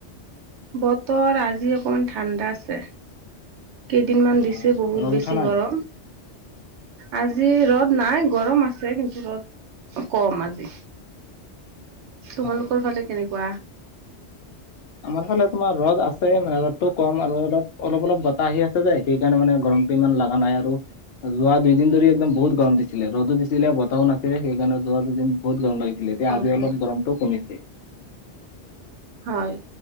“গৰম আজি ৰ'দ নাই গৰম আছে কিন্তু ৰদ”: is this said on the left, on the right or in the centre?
Right